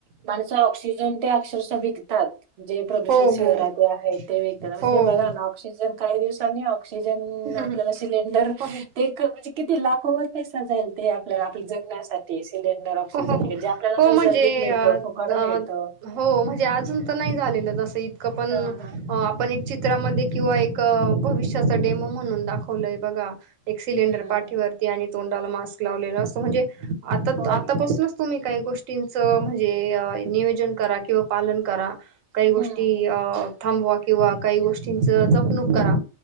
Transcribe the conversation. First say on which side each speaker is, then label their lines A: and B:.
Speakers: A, on the right (about 60°); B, on the right (about 85°).
A: माणसं ऑक्सिजन जन तेन अक्षरशः विकतात. जे प्रदूषण
B: हो
A: शहराती
B: हो
A: आहेत ते विकत म्हणजे
B: हो
A: बघा ना ऑक्सिजन काही दिवसांनी ऑक्सिजन
B: हो,
A: आपल्याला सिलेंडर
B: हो,
A: ते म्हणजे किती लाखो वर पैसा जाईल ते आपल्याला आप जगण्यासाठी सिलेंडर. र ऑक्सिजन
B: हो, हो, हो,
A: हे जे आपल्याला
B: हो
A: नैसर्गिक
B: म्हणजे
A: मिळतं
B: अ,
A: फुकट
B: अ,
A: मिळतं.
B: हो म्हणजे अजून तर नाही झालेलं तसं इतकं पण.
A: हा हा
B: पण एक चित्रामध्ये किंवा एक भविष्याचा डेमो म्हणून दाखवलंय बघा. एक सिलेंडर
A: हम्म
B: पाठीवरती आणि तोंडाला मास्क लावलेलं असं म्हणजे आता
A: हो
B: आता...
A: ना
B: तुम्ही काही गोष्टींच म्हणजे नियोजन करा किंवा पालन करा. काही गोष्टी
A: हम्म हम्म
B: अ थांबवा किंवा काही गोष्टींच जपणूक करा.